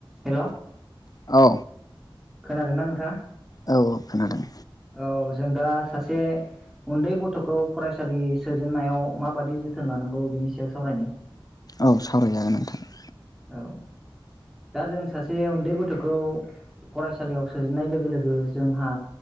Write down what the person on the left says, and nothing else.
औ
औ औ खनादों
औ सावरायजागोन नोंथां